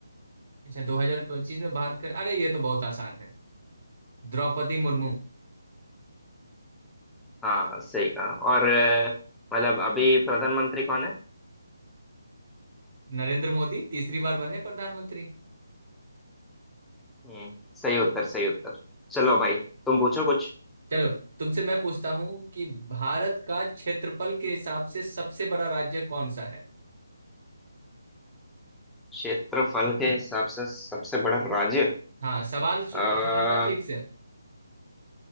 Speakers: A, on the right; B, in the centre.
A: अच्छा 2025 में भारत का अरे ये तो बहुत आसान है द्रौपदी मुर्मू
B: हाँ सही कहा और अ, मतलब अभी प्रधानमंत्री कौन है
A: नरेंद्र मोदी तीसरी बार बने प्रधानमंत्री
B: हम्म सही उत्तर सही उत्तर चलो भाई तुम पूछो कुछ
A: चलो तुमसे मैं पूछता हूँ कि भारत का क्षेत्रफल के हिसाब से सबसे बड़ा राज्य कौन सा है
B: क्षेत्रफल के हिसाब से सबसे बड़ा राज्य
A: हाँ सवाल सु-
B: आ,
A: समझना ठीक से